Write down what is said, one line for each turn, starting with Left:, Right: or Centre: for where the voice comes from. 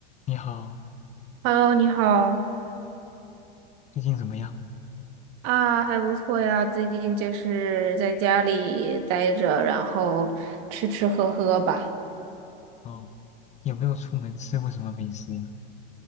Left: 你好，
Right: Hello，你好
Left: 最近怎么样？
Right: 啊，还不错呀。最近就是在家里待着，然后吃吃喝喝吧。
Left: 哦，有没有出门吃过什么美食呀？